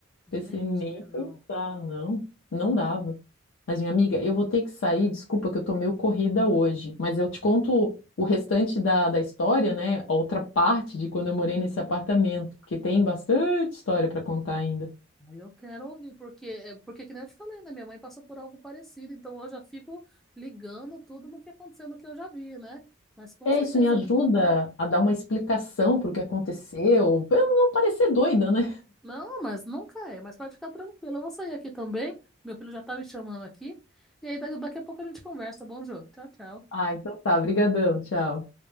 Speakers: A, in the centre; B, on the left.
A: Gente,
B: Pensei, nem
A: é,
B: pensar,
A: não.
B: não. Não dava. Mas, minha amiga, eu vou ter que sair, desculpa que eu tô meio corrida hoje, mas eu te conto o restante da, da história, né? A outra parte de quando eu morei nesse apartamento, porque tem bastante história para contar ainda.
A: Aí eu quero ouvir, porque, é, porque que nem eu te falei, né? Minha mãe passou por algo parecido, então eu já fico ligando tudo no que aconteceu, no que eu já vi, né? Mas com
B: É,
A: certeza
B: isso me ajuda a dar uma explicação para o que aconteceu, pra eu não parecer doida, né?
A: Não, mas nunca é. Mas pode ficar tranquilo. Eu vou sair aqui também. Meu filho já tá me chamando aqui. E aí, da- daqui a pouco a gente conversa. Bom, Jô. Tchau, tchau.
B: Ah, então tá, brigadão, tchau.